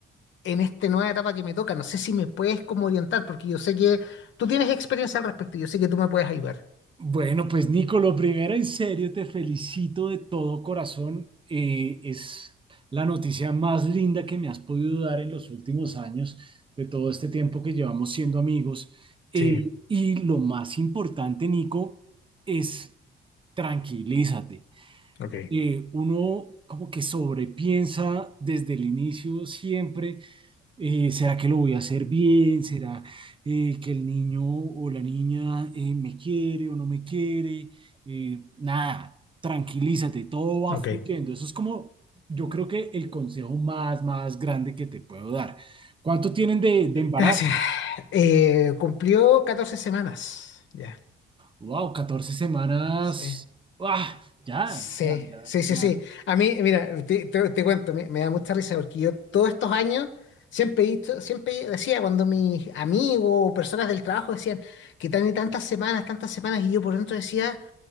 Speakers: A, on the left; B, on the right.
A: en esta nueva etapa que me toca. No sé si me puedes como orientar, porque yo sé que tú tienes experiencia al respecto, yo sé que tú me puedes ayudar.
B: Bueno, pues Nico, lo primero, en serio, te felicito de todo corazón. Eh, es la noticia más linda que me has podido dar en los últimos años, de todo este tiempo que llevamos siendo amigos. Eh,
A: Sí,
B: y lo más importante, Nico, es tranquilízate.
A: ok.
B: eh, uno como que sobrepiensa desde el inicio siempre, eh, ¿será que lo voy a hacer bien? ¿Será eh, que el niño o la niña eh, me quiere o no me quiere? Eh, nada, tranquilízate, todo va
A: Ok.
B: fluyendo. Eso es como, yo creo que el consejo más, más grande que te puedo dar. ¿Cuánto tienen de, de embarazo?
A: Gracias. Eh, cumplió 14 semanas. Ya,
B: Wow, catorce semanas.
A: sí.
B: ¡Ah! ya,
A: Sí,
B: ya, ya.
A: sí, sí,
B: ya.
A: sí. A mí, mira, te, te- te cuento, me, me da mucha risa porque yo todos estos años siempre he dicho- siempre decía cuando mis amigos o personas del trabajo decían que tan y tantas semanas, tantas semanas, y yo por dentro decía,